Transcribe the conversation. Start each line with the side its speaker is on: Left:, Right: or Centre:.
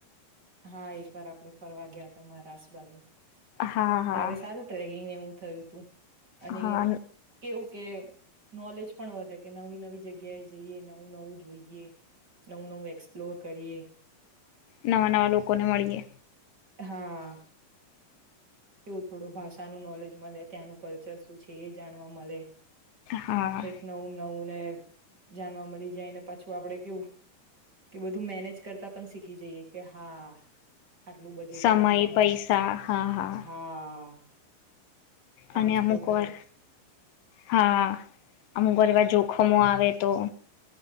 Right: હા એક વાર આપડે ફરવા ગયાતા મહારાષ્ટ્ર બાજુ.
Left: હા હા
Right: ત્યારે સારું ટ્રેકિંગ ને એવું થયું તું. અને
Left: હા
Right: કેવું કે નોલેજ પણ વધે કે નવી નવી જગ્યાએ જઈએ, નવું નવું જોઈએ, નવું નવું એક્સપ્લોર કરીએ.
Left: નવા નવા લોકોને મળીએ.
Right: હા. કેવું થોડું ભાષાનું નોલેજ મલે, ત્યાંનું કલ્ચર શું છે એ જાણવા મળે.
Left: હા
Right: કંઈક નવુ નવુ ને જાણવા મળી જાય ને પાછું આપણેે કેવું કે બધું મેનેજ કરતા પણ શીખી જઈએ કે હા આટલું બજેટ
Left: સમય,
Right: રાખવાનું
Left: પૈસા હા હા.
Right: હા. ટ્રાન્સપોર્ટનું
Left: અને અમુક વાર, હા. અમુક વાર એવા જોખમો આવે તો